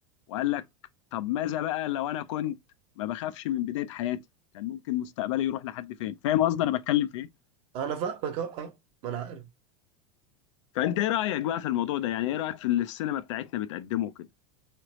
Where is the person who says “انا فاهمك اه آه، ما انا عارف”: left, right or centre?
Right